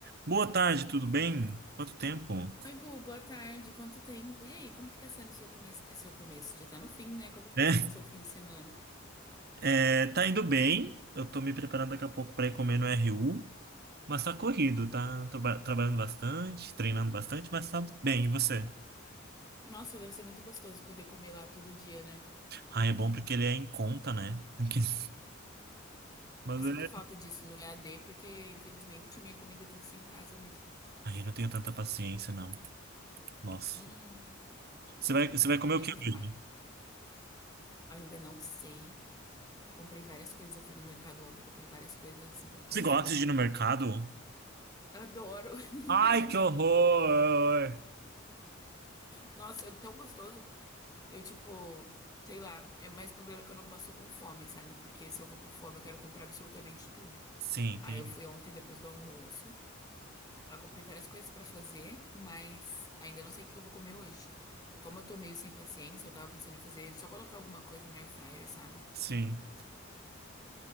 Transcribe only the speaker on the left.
Oi, Gu, boa tarde. Quanto tempo? E aí, como que tá sendo seu começo? Seu começo já tá no fim, né? Como que
tá sendo seu fim de semana?
Nossa, deve ser muito gostoso poder comer lá todo dia, né?
Eu sinto
falta disso no EAD, porque infelizmente minha comida tem que ser em casa mesmo.
Hum,
nem
me
falha. Ainda não sei. Eu comprei várias coisas, eu fui no mercado ontem, comprei várias coisas assim pra fazer.
Adoro. <laughs>
Nossa, é tão gostoso. Eu tipo, sei lá, é mais o problema é que eu não posso ir com fome, sabe? Porque se eu vou com fome, eu quero comprar absolutamente tudo.
Aí
eu fui ontem depois do almoço. Eu comprei várias coisas pra fazer, mas ainda não sei o que que eu vou comer hoje. Como eu tô meio sem paciência, eu tava pensando em fazer só colocar alguma coisa na air fryer, sabe?